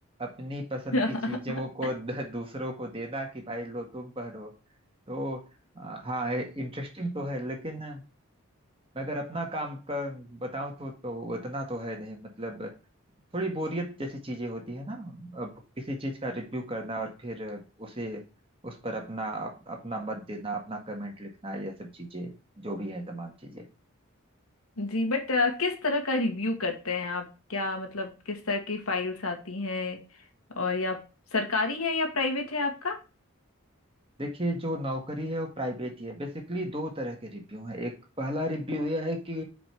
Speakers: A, on the right (about 25°); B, on the left (about 85°).
A: अपनी पसंद
B: <laughs>
A: की चीजों को द- दूसरों को देना कि भाई लो तुम पहनो तो आ, हाँ इंटरेस्टिंग तो है लेकिन मैं अगर अपना काम का बताऊं तो तो उतना तो है नहीं मतलब थोड़ी बोरियत जैसी चीजें होती है ना अब किसी चीज का रिव्यू करना और फिर उसे उस पर अपना अप, अपना मत देना अपना कमेंट लिखना ये सब चीजें जो भी है तमाम चीजें
B: जी बट किस तरह का रिव्यू करते हैं आप क्या मतलब किस तरह की फाइल्स आती हैं और या सरकारी है या प्राइवेट है आपका
A: देखिए जो नौकरी है वो प्राइवेट ही है बेसिकली दो तरह के रिव्यू हैं एक पहला रिव्यू यह है कि